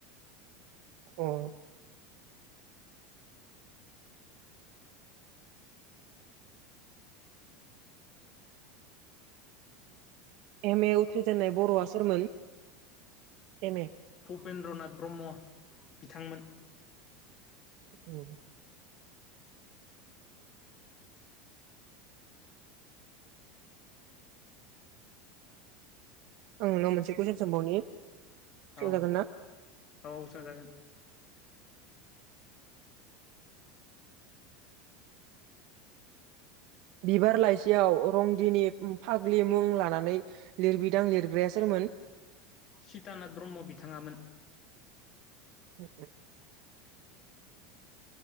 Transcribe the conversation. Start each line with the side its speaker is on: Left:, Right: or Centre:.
Right: औ एम ए उथ्रिजेननाय बर'आ सोरमोन? एम ए
Left: भुपेन्द्रनाथ ब्रह्म बिथांमोन।
Right: ओम ओं माबा मोनसे कुइसन सोंबावनि सोंजागोन
Left: औ
Right: ना
Left: औ सोंजागोन।
Right: बिबार लाइसियाव रंदिनि फाग्लि मुं लानानै लिरबिदां लिरग्राया सोरमोन? मोन।
Left: चीतानाथ ब्रह्म बिथाङामोन।
Right: ओ